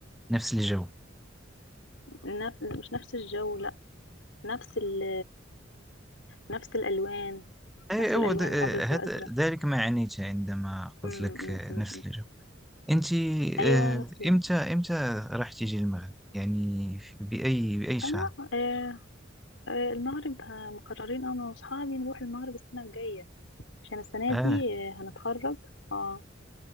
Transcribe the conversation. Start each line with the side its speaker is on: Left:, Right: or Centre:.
Centre: نفس الجو
Left: نف... مش نفس الجو لا نفس ال... نفس الألوان
Centre: أي
Left: نفس
Centre: أو
Left: الألوان
Centre: د- آه،
Left: الأبيض
Centre: هذا
Left: والأزرق
Centre: ذلك ما عنيت عندما
Left: م-
Centre: قلت
Left: م-
Centre: لك آه،
Left: م-
Centre: نفس
Left: م.
Centre: الجو أنت
Left: أيوة
Centre: آه،
Left: نفس ال...
Centre: إمتى إمتى راح تيجي المغرب يعني في- بأي بأي شهر
Left: أنا آه، آه، المغرب ه- مقررين أنا وأصحابي نروح المغرب السنة الجاية عشان السنة
Centre: آه
Left: دي آه، هنتخرج اه